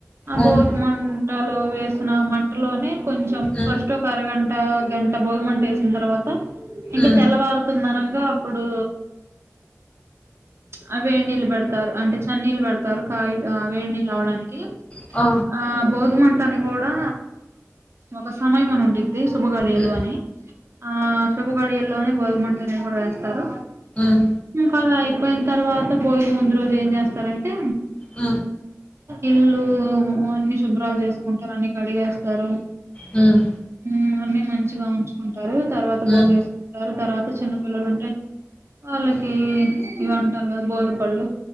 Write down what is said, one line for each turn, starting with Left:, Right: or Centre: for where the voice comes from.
Right: ఆ
Left: ఉమ్
Right: భోగి మంటలో వేసిన మంటలోనే కొంచెం
Left: ఉమ్
Right: ఫస్ట్ ఒక అరగంట గంట భోగమంటేసిన తర్వాత ఇంకా
Left: ఉమ్
Right: తెల్లవారుతున్నానంగ అప్పుడు ప్చ్ వేడి నీళ్ళు పెడతారు అంటే చన్నీళ్లు పెడతారు కాయ్ ఆ వేడి నీళ్ళు అవ్వడానికి
Left: ఆ
Right: ఆ భోజమంటని గూడా ఒక సమయం అని ఉండిద్ది శుభ గడియలు
Left: ఉమ్
Right: అని ఆ శుభ గడియల్లోనే బోగి మంటనే కూడా వేస్తారు
Left: ఉమ్
Right: ఇంకా అలా ఐపోయిన తర్వాత భోగి ముందు రోజు ఏం చేస్తారంటే?
Left: ఊ
Right: ఇల్లు అన్ని శుభ్రాలు చేసుకుంటారు అన్నీ కడిగేస్తారు
Left: ఉమ్
Right: ఉమ్ అన్ని మంచిగా ఉంచుకుంటారు తర్వాత
Left: ఉమ్
Right: భోగేస్ ఎవరు తర్వాత చిన్నపిల్లలుంటే వాళ్లకి ఇవంటారు గదా బోదపళ్లు